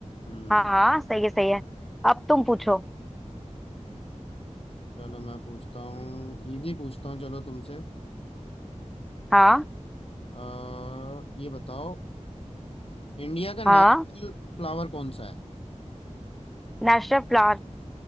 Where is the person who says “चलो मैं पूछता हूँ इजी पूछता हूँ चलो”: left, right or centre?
Left